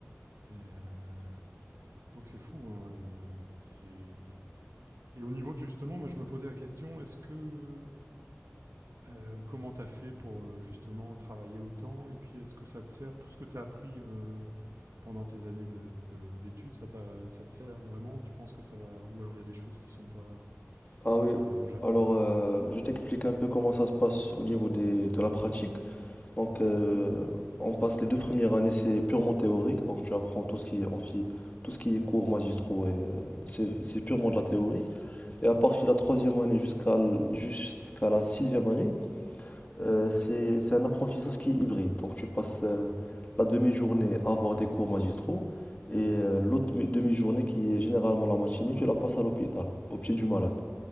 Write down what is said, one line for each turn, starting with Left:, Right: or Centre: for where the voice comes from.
Right: euh, donc c'est fou, hein, euh, c'est. Et au niveau de justement, moi je me posais la question, est-ce que Heu, comment tu as fait pour, heu, justement travailler autant? Et puis est-ce que ça te sert tout ce que tu as appris, heu, pendant tes années de de- d'études, ça t'a ça te sert vraiment? Tu penses que ça va ou alors il y a des choses qui sont pas
Left: Ah
Right: qui
Left: oui,
Right: te serviront jamais?
Left: alors euh, je t'explique un peu comment ça se passe au niveau des, de la pratique. Donc euh,
Right: Mmh
Left: on passe les deux premières années, c'est purement théorique, donc tu apprends tout ce qui est amphi, tout ce qui est cours magistraux, et euh, c'est c'est purement de la théorie. Et à partir de la troisième année jusqu'à l- jusqu'à la sixième année, Euh, c'est, c'est un apprentissage qui est hybride. Donc tu passes euh, la demi-journée à avoir des cours magistraux et euh, l'autre mi- demi-journée qui est généralement la matinée, tu la passes à l'hôpital, au pied du malade.